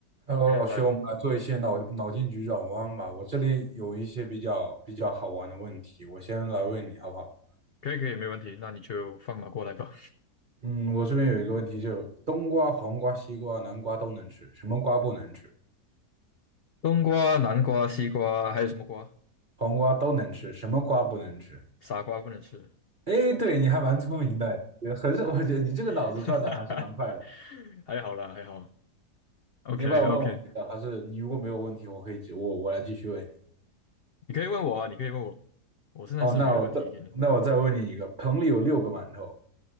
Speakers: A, on the right; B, on the left.
A: Hello，
B: OK，
A: 老兄，
B: 来，
A: 我们来做一些脑脑筋急转弯吧。我这里有一些比较比较好玩的问题，我先来问你好不好？
B: 可以可以，没问题，那你就放马过来吧。
A: 嗯，我这边有一个问题，就是冬瓜、黄瓜、西瓜、南瓜都能吃，什么瓜不能吃？
B: <laughs> 冬瓜、南瓜、西瓜，还有什么瓜？
A: 黄瓜都能吃，什么瓜不能吃？
B: 傻瓜不能吃。
A: 哎，对，你还蛮聪明的，也很少，我觉得你这个脑子转的还是蛮快的。
B: <laughs> 还好啦，还好。OK
A: 你要不要问我一个？
B: OK，
A: 还是你如果没有问题，我可以继我我来继续问你。
B: 你可以问我啊，你可以问我，我现在是没问题给你。
A: 哦，那我再那我再问你一个，棚里有六个馒头，